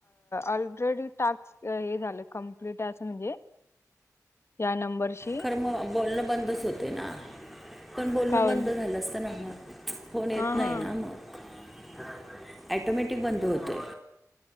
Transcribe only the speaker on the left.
ऑलरेडी टास्क हे झालं कंप्लीट टास्क म्हणजे त्या नंबरची
काय
बोल
हा
हा